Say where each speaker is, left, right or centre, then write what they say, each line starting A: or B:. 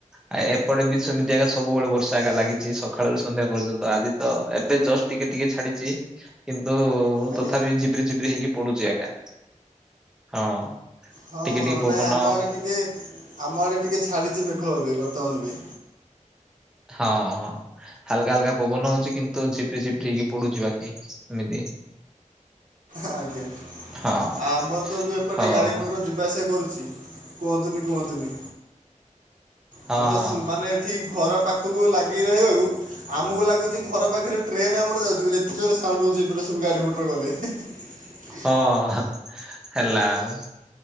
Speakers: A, in the centre; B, on the right.
A: ଆ ଏପଟେ ବି ସେମିତି ଆଜ୍ଞା ସବୁବେଳେ ବର୍ଷା ଆଜ୍ଞା ଲାଗିଛି ସକାଳରୁ ସନ୍ଧ୍ୟା ପର୍ଯ୍ୟନ୍ତ ଆଜି ତ ଏବେ ଜଷ୍ଟ ଟିକେ ଟିକେ ଛାଡିଛି କିନ୍ତୁ ହଉ
B: ଆଜ୍ଞା
A: ତଥାପି ଝିପ୍ରି ଝିପ୍ରି ହେଇକି ପଡୁଛି ଆଜ୍ଞା ହଁ।
B: ହଁ
A: ଟିକେ
B: ହଁ
A: ଟିକେ
B: ନାଇଁ
A: ପବନ
B: ଆମ ଆଡ଼େ ଟିକେ ଆମ ଆଡ଼େ ଟିକେ ଛାଡ଼ିଛି ମେଘ ଏବେ ବର୍ତ୍ତମାନ ପାଇଁ।
A: ହଁ ହଁ। ହାଲକା ହାଲକା ପବନ ହଉଛି କିନ୍ତୁ ଝିପ୍ରି ଝିପ୍ରି ଇଏ ପଡୁଛି ବାକି ଏମିତି।
B: ଆଜ୍ଞା
A: ହଁ।
B: ଆମର ତ ଯୋଉ ଏପଟେ
A: ହଉ
B: ଗାଡି
A: ହଉ
B: ମଟର ଯିବାଆସିବା କରୁଛି। କୁହନ୍ତୁନି କୁହନ୍ତୁନି
A: ହଁ
B: ଆଉ ତ ସୁ ମାନେ ଠି ଘର ପାଖକୁ ଲାଗି ରହିବାକୁ ଆମକୁ ଲାଗୁଛି ଘର ପାଖରେ ଟ୍ରେନ ଆମର ଯାଉଛି ବୋଲି ଏତେ ଜୋରେ ସାଉଣ୍ଡ ହଉଛି ଏପଟେ ସବୁ ଗାଡି ମଟର ଗଲେ। ହେ ହେ। ହଁ <inaudible>
A: ହଁ ହେଲା ଆଉ